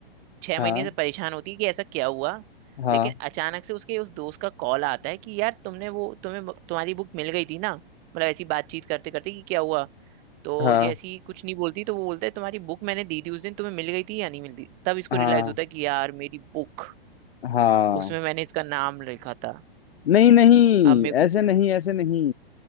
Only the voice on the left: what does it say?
हाँ
हाँ
हाँ
हाँ
हाँ
नहीं नहीं
ऐसे नहीं ऐसे नहीं